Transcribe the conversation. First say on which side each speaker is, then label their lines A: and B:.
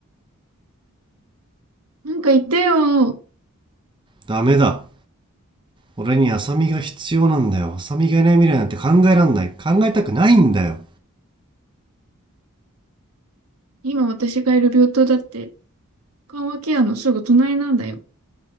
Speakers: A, on the right (about 80°); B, on the right (about 20°).
A: なんか言ってよ。
B: ダメだ俺に浅見が必要なんだよ浅見がいない未来なんて考えらんない考えたくないんだよ
A: 今私がいる病棟だって、緩和ケアのすぐ隣なんだよ。